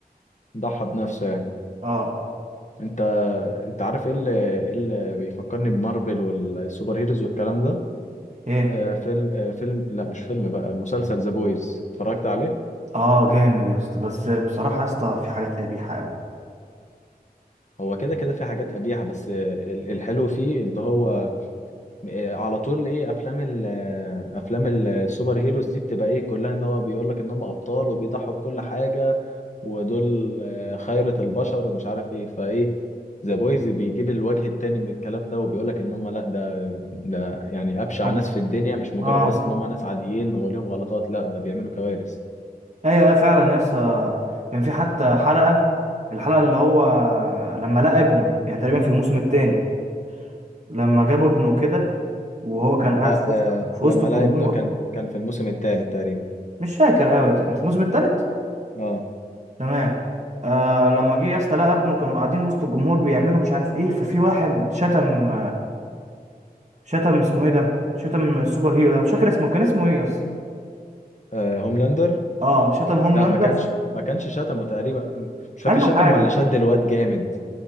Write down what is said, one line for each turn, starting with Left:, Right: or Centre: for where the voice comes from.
Left: ضحى بنفسه يعني
Right: اه
Left: انت انت عارف ايه اللي إيه اللي بيفكرني بمارفل والسوبر هيروز والكلام ده
Right: ايه
Left: آه فيلم آه فيلم لا مش فيلم بقى مسلسل ذا بويز اتفرجت عليه
Right: اه جامد يا اسطى بس بصراحه يا اسطى في حاجات قبيحه قوي
Left: هو كده كده في حاجات قبيحه بس آه، ال- الحلو فيه ان هو إيه، على طول ايه افلام ال آه، افلام السوبر هيروز دي بتبقى ايه كلها ان هو بيقول لك ان هم ابطال وبيضحوا بكل حاجه ودول آه، خيرة البشر ومش عارف ايه فايه ذا بويز بيجيب الوجه التاني من الكلام ده وبيقول لك ان هم لا ده ده يعني ابشع
Right: اه
Left: ناس في الدنيا مش مجرد
Right: اه
Left: بس ان هم ناس عاديين وليهم غلطات لا ده بيعملوا كوارث
Right: ايوه آه، فعلا يا اسطى كان في حتى حلقه الحلقه اللي هو لما لقى ابنه يعني تقريبا في الموسم الثاني لما جابوا ابنه كده وهو كان قاعد
Left: لا
Right: في وسط
Left: آه
Right: في
Left: لما
Right: وسط الجمهور
Left: لقى ابنه كان كان في الموسم الثالث تقريبا
Right: مش فاكر قوي انت الموسم التالت
Left: اه,
Right: تمام آه لما جه يا اسطى لقى ابنه كانوا قاعدين وسط الجمهور بيعملوا مش عارف ايه ففي واحد شتم شتم اسمه ايه ده شتم السوبر هيرو ده مش فاكر اسمه كان اسمه ايه يا اسطى
Left: آه هوملاندر
Right: اه شتم هوملاندر
Left: لا ما كانش
Right: ف-
Left: ما كانش شتمه تقريبا مش فاكر
Right: قال له
Left: شتمه
Right: حاجه
Left: ولا شد الواد جامد